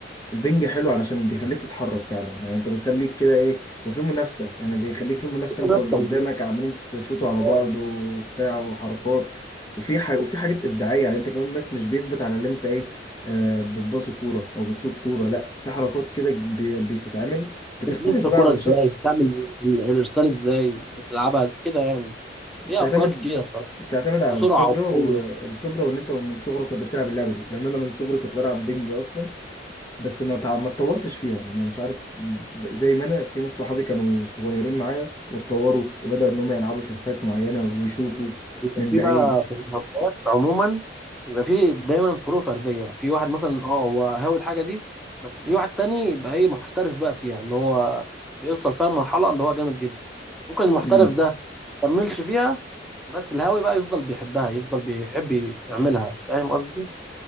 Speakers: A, on the left (about 20°); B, in the centre.
A: البنج حلو علشان بيخليك تتحرك فعلا يعني انت بتخليك كده ايه وفي منافسة يعني بيخليك في منافسة
B: في
A: انت
B: منافسه
A: واللي قدامك
B: من الناس.
A: عمالين تشوطوا على
B: آه.
A: بعض وبتاع وحركات وفي ح... وفي حاجات ابداعيه يعني انت كمان بس مش بيثبت على اللي انت ايه آه بتباصي كوره او بتشوط كوره لا في حركات كده ب... بتتعمل بتختلف
B: بتلف الكوره
A: بقى عن
B: ازاي
A: شخص
B: بتعمل ال- الارسال ازاي بتلعبها إز- كده يعني
A: بتعتمد
B: فيها افكار كتيره بصراحه
A: بتعتمد على
B: وسرعه
A: الخبرة والخبرة
B: وقوه
A: وإن أنت من صغرك كنت بتلعب اللعبة دي لأن أنا من صغري كنت بلعب بينج أصلا بس ما تع... ما اتطورتش فيها ما مش عارف ب- زي ما أنا في ناس صحابي كانوا صغيرين معايا واتطوروا وبدأوا إن هم يلعبوا سيرفات معينة ويشوطوا
B: بيبقى
A: من
B: في
A: بعيد
B: بقى في الهوايات عموما بيبقى في دايما فروق فرديه في واحد مثلا اه هو هاوي الحاجه دي بس في واحد تاني يبقى ايه محترف بقى فيها اللي هو بيوصل فيها المرحله اللي هو جامد جدا ممكن المحترف
A: امم
B: ده مكملش فيها بس الهاوي بقى يفضل بيحبها يفضل بيحب يعملها فاهم قصدي؟